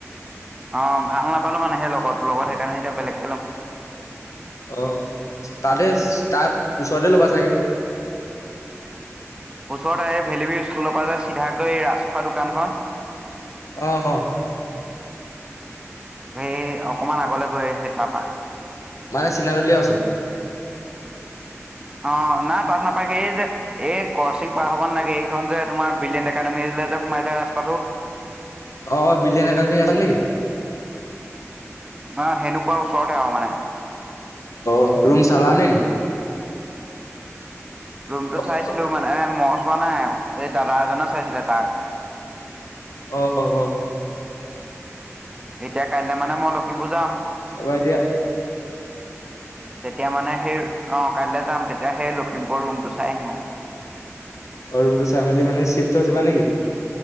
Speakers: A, on the right; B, on the left.
A: অ ভাল নাপালো মানে, সেই লগতোৰ লগত সেইকাৰণে এতিয়া বেলেগকে লম।
B: অ তাতে তাত, ওচৰতে ল'বা চাগে।
A: ওচৰতে ভেলিভি স্কুলৰ পৰা যে চিধাকৈ় ৰাজখোৱা দোকানখন।
B: অ অ।
A: সেই অকমান আগলে গৈ সেই তাৰপা।
B: মানে চিনাৰলিয়াৰ ওচৰত।
A: অ না তাত নাপায়গে এই যে, এই কচিং পাৰ হ'ব নালাগে এইখন যে তোমাৰ বিলিয়েন্ট একাডেমীলৈ যে, <unintelligible> সোমাই যায় ৰাস্তাটো,
B: অ বিলিয়েন একাডেমি হেইখন নেকি?
A: অ সেনেকুৱা ওচৰতে আউ মানে।
B: অ ৰুম চালা নেকি?
A: ৰুমটো
B: অ',
A: চাইছিলো মানে মই চোৱা নাই, এই দাদা এজনে চাইছিলে তাৰ।
B: অ অ অহ।
A: এতিয়া কাইলে মানে মই লখিমপুৰ যাম।
B: তাৰপা এতিয়া।
A: <inaudible> তেতিয়া মানে সেই অ কাইলৈ যাম তেতিয়া সেই লখিমপুৰৰ ৰুমটো চাই আহিম আও
B: অ ৰুমটো চাই মেলি মানে চিফ্ট হৈ যাবা নেকি